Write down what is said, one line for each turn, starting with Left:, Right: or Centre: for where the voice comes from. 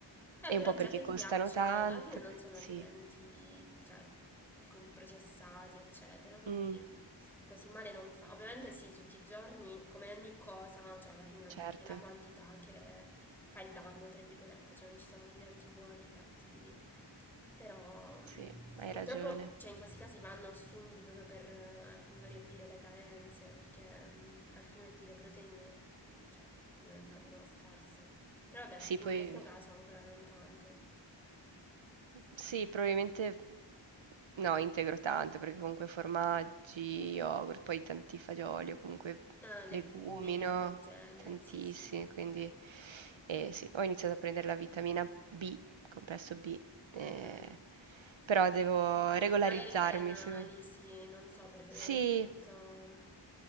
Centre: Eh,
Right: e
Centre: però
Right: un po' perché
Centre: già che ti
Right: costano
Centre: piacciono,
Right: tanto.
Centre: alla fine non sono
Right: Sì,
Centre: alimenti, cioè, con processati, eccetera, quindi
Right: mm,
Centre: così male non fa. Ovviamente sì, tutti i giorni, come ogni cosa, cioè alla fine
Right: certo,
Centre: è la quantità che fa il danno, tra virgolette, cioè non ci sono alimenti buoni e cattivi. Però mh,
Right: sì, hai
Centre: purtroppo,
Right: ragione.
Centre: cioè, in questi casi vanno assunti proprio per eh, appunto riempire le carenze, perché mh, altrimenti le proteine mm, cioè, diventano scarse. Però vabbè,
Right: Sì,
Centre: tu
Right: poi
Centre: nel tuo caso ancora non tanto.
Right: sì, probabilmente no, integro tanto perché comunque formaggi, yogurt, poi tanti fagioli o comunque
Centre: Ah, legumi,
Right: legumi,
Centre: cose
Right: no?
Centre: del genere,
Right: Tantissimi,
Centre: sì, sì.
Right: quindi... E sì, ho iniziato a prendere la vitamina B, complesso B, ehm,
Centre: Mhm.
Right: però devo regolarizzarmi
Centre: Magari fare analisi,
Right: su
Centre: non so, per vedere
Right: sì,
Centre: se tutto... mm,